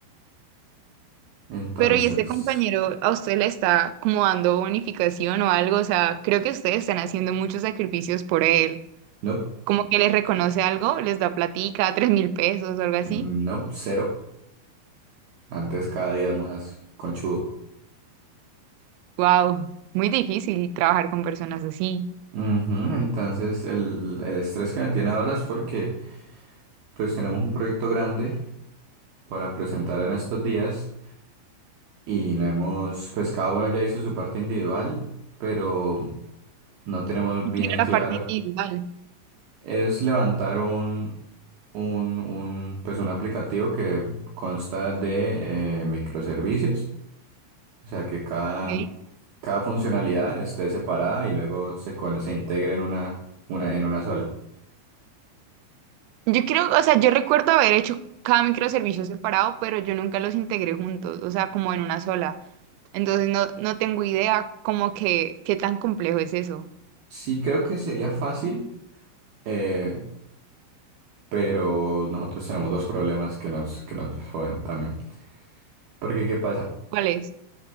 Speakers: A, on the right; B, on the right.
A: Entonces,
B: Pero ¿y este compañero a usted le está como dando bonificación o algo? O sea, creo que ustedes están haciendo muchos sacrificios por él.
A: no,
B: Como que les reconoce algo, les da platica, tres mil pesos o algo así.
A: no, cero. Antes cada día es más conchudo.
B: Wow, muy difícil trabajar con personas así.
A: Ujú, Entonces, el, el estrés que me tiene ahora es porque pues tenemos un proyecto grande para presentar en estos días. y no hemos, pues cada uno ya hizo su parte individual, pero no tenemos
B: Y
A: bien
B: quiero
A: en
B: la
A: claro.
B: parte individual.
A: Es levantar un, un, un, pues un aplicativo que consta de eh, microservicios, o sea que cada,
B: ¿ok?
A: cada funcionalidad esté separada y luego se, con- se integre en una, una, en una sola.
B: Yo creo, o sea, yo recuerdo haber hecho cada microservicio separado, pero yo nunca los integré juntos, o sea, como en una sola. Entonces no, no tengo idea como que qué tan complejo es eso.
A: Sí creo que sería fácil, eh, pero nosotros tenemos dos problemas que nos, que nos joden también. Porque, ¿qué pasa?
B: ¿Cuál es?